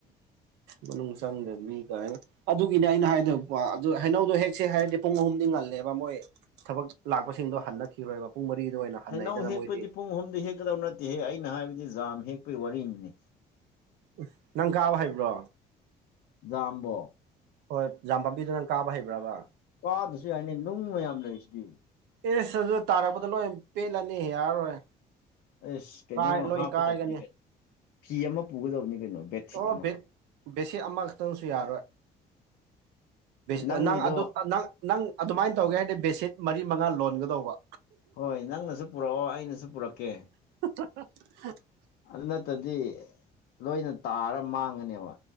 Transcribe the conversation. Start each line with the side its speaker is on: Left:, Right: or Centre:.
Right: ꯃꯅꯨꯡ ꯆꯪꯗꯅꯤ ꯀꯥꯏꯅ ꯑꯗꯨꯒꯤꯅꯦ ꯑꯩꯅ ꯍꯥꯏꯗꯣ ꯑꯗꯨ ꯍꯩꯅꯧꯗꯣ ꯍꯦꯛꯁꯦ ꯍꯥꯏꯔꯗꯤ ꯄꯨꯡ ꯑꯍꯨꯝꯗꯤ ꯉꯜꯂꯦꯕ ꯃꯣꯏ ꯊꯕꯛ ꯂꯥꯛꯄꯁꯤꯡꯗꯣ ꯍꯟꯅꯈꯤꯔꯣꯏꯕ ꯄꯨꯡ ꯃꯔꯤꯗ ꯑꯣꯏꯅ ꯍꯟꯅꯩꯗꯅ
Left: ꯍꯩꯅꯧ ꯍꯦꯛꯄꯗꯤ
Right: ꯃꯣꯏꯗꯤ
Left: ꯄꯨꯡ ꯑꯍꯨꯝꯗꯤ ꯍꯦꯛꯀꯗꯕ ꯅꯠꯇꯦꯍꯦ ꯑꯩꯅ ꯍꯥꯏꯕꯗꯤ ꯖꯥꯝ ꯍꯦꯛꯄꯒꯤ ꯋꯥꯔꯤꯅꯤꯅꯦ
Right: ꯎ ꯅꯪ ꯀꯥꯕ ꯍꯩꯕ꯭ꯔꯣ
Left: ꯖꯝꯕꯣ
Right: ꯍꯣꯏ ꯖꯥꯝ ꯄꯥꯝꯕꯤꯗꯨ ꯅꯪ ꯀꯥꯕ ꯍꯩꯕ꯭ꯔꯕ
Left: ꯀꯥꯗꯔꯁꯨ ꯌꯥꯏꯅꯦ ꯅꯨꯡ ꯃꯌꯥꯝ ꯂꯩꯁꯤꯗꯤ
Right: ꯑꯦꯁ ꯑꯗꯨ ꯇꯥꯔꯛꯄꯗ ꯂꯣꯏ ꯄꯦꯜꯂꯅꯤ ꯌꯥꯔꯔꯣꯏ
Left: ꯑꯁ ꯀꯩꯅꯣ
Right: ꯀꯥꯏ ꯂꯣꯏ
Left: ꯍꯥꯞꯀꯗꯕꯅꯤ
Right: ꯀꯥꯏꯒꯅꯤ
Left: ꯀꯩꯅꯣ ꯐꯤ ꯑꯃ ꯄꯨꯒꯗꯕꯅꯤ ꯀꯩꯅꯣ ꯕꯦꯠꯁꯤꯠ
Right: ꯑꯣ
Left: ꯑꯃ
Right: ꯕꯦꯁꯤꯠ ꯑꯃꯈꯛꯇꯪꯁꯨ ꯌꯥꯔꯣꯏ <inaudible>
Left: ꯅꯪꯒꯤꯗꯣ
Right: ꯅꯪ ꯑꯗꯨ ꯅꯪ ꯅꯪ ꯑꯗꯨꯃꯥꯏꯅ ꯇꯧꯒꯦ ꯍꯥꯏꯔꯗꯤ ꯕꯦꯁꯤꯠ ꯃꯔꯤ ꯃꯉꯥ ꯂꯣꯟꯒꯗꯧꯕ
Left: ꯍꯣꯏ ꯅꯪꯅꯁꯨ ꯄꯨꯔꯛꯑꯣ ꯑꯩꯅꯁꯨ ꯄꯨꯔꯛꯀꯦ
Right: <inaudible>
Left: ꯑꯗꯨ ꯅꯠꯇꯗꯤ ꯂꯣꯏꯅ ꯇꯥꯔ ꯃꯥꯡꯒꯅꯦꯕ